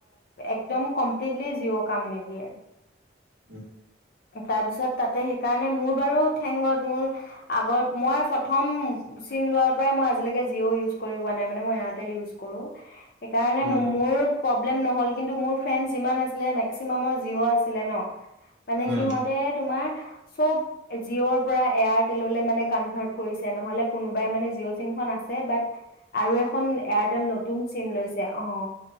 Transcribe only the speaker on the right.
উম
উম
উম
উম